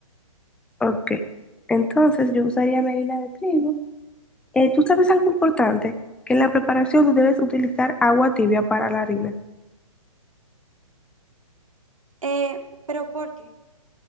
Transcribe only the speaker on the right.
Eh, ¿pero por qué?